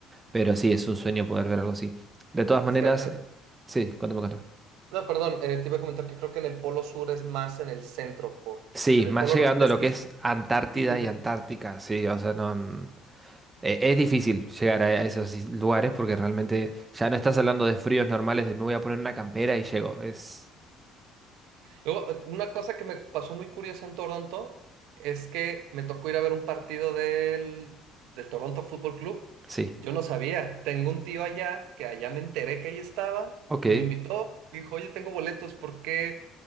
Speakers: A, on the right; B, on the right.
A: Pero sí, es un sueño poder ver algo así. De todas maneras,
B: Es que, eh,
A: eh, sí, cuéntame, cuéntame.
B: no, perdón, eh, te iba a comentar que creo que en el polo sur es más en el centro, por,
A: Sí,
B: en
A: más
B: el polo
A: llegando
B: norte
A: a lo
B: sí
A: que es
B: se
A: Antártida
B: extiende
A: y Antártica, sí, o sea, no, n- e- es difícil llegar a a esos is- lugares porque realmente ya no estás hablando de fríos normales, de me voy a poner una campera y llego, es,
B: Luego, eh, una cosa que me pasó muy curiosa en Toronto es que me tocó ir a ver un partido del, del Toronto Fútbol Club.
A: sí.
B: Yo no sabía. Tengo un tío allá que allá me enteré que ahí estaba
A: Ok,
B: y me invitó. Dijo, oye, tengo boletos porque